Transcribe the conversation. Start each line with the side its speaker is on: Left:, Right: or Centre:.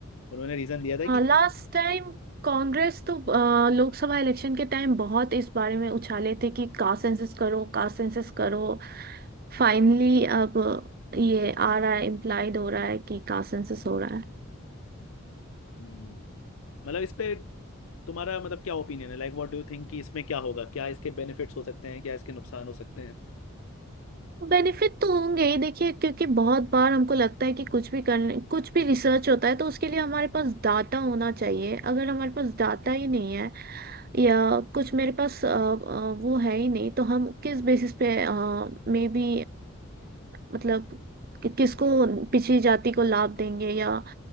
Left: उन्होंने रीजन दिया था कि
Right: Last time Congress तो अ, लोकसभा इलेक्शन के टाइम बहुत इस बारे में उछाले थे कि कास्ट सेंसस करो कास्ट सेंसस करो फाइनली अब ये आ रहा है इम्प्लाइड हो रहा है कि कास्ट सेंसस हो रहा है
Left: हम्म, मतलब इस पे तुम्हारा मतलब क्या ओपिनियन है like what do you think कि इसमें क्या होगा क्या इसके बेनिफिट्स हो सकते हैं क्या इसके नुकसान हो सकते हैं
Right: बेनिफिट तो होंगे ही देखिए क्योंकि बहुत बार हमको लगता है कि कुछ भी करने कुछ भी रिसर्च होता है तो उसके लिए हमारे पास डाटा होना चाहिए अगर हमारे पास डाटा ही नहीं है या कुछ मेरे पास अ, अ, वो है ही नहीं तो हम किस बेसिस पे मे बी मतलब कि- किसको पिछड़ी जाति को लाभ देंगे या